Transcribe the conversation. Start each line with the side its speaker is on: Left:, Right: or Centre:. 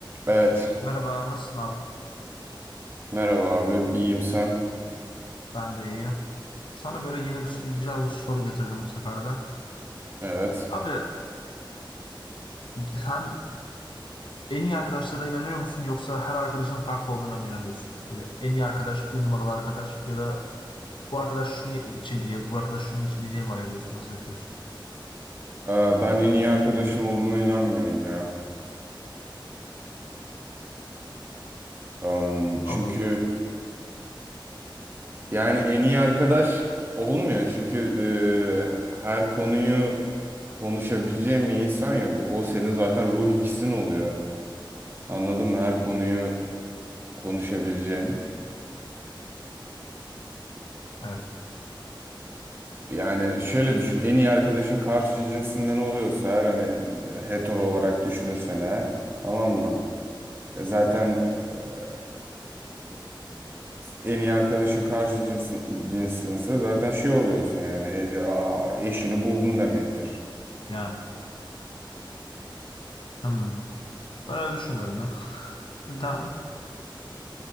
Right: Evet.
Left: Merhaba, nasılsın abi?
Right: Merhaba abi. İyiyim sen.
Left: Ben de iyiyim. Sana böyle yeni bir, güzel bir soru getirdim bu sefer de.
Right: Evet.
Left: Abi sen en iyi arkadaşlara inanıyor musun yoksa her arkadaşın farklı olduğuna mı inanıyorsun? Böyle en iyi arkadaş, bir numaralı arkadaş ya da bu arkadaş şunun için iyi, bu arkadaş şunun için iyi diye mi ayırıyorsun? Nasıl yapıyorsun?
Right: Ee, ben en iyi arkadaşın olduğuna inanmıyorum ya. Am, çünkü
Left: Allah Allah.
Right: yani en iyi arkadaş olmuyor. Çünkü e, her konuyu konuşabileceğin bir insan yok. Bu, o senin zaten ruh ikizin oluyor. Anladın mı? Her konuyu konuşabileceğin.
Left: Evet.
Right: Yani şöyle düşün. En iyi arkadaşın karşı cinsinden oluyorsa eğer hani hetero olarak düşünürsen eğer tamam mı? E, Zaten e, en iyi arkadaşın karşı cinsin, cinsinse zaten şey oluyorsun yani e, aa, eşini buldun demektir.
Left: Yani. Hmm. Ben öyle düşünmüyorum ya. <laughs> Devam et.